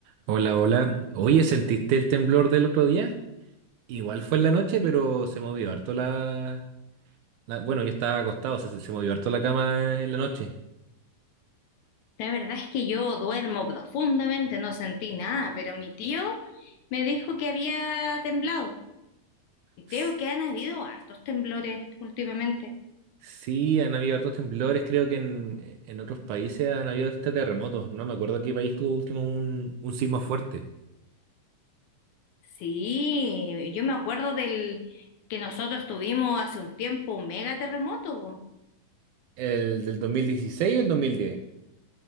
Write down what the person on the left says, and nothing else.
La verdad es que yo duermo profundamente, no sentí nada, pero mi tío me dijo que había temblado. Y creo
que han habido hartos temblores últimamente.
Sí, yo me acuerdo del que nosotros tuvimos hace un tiempo un mega terremoto, po.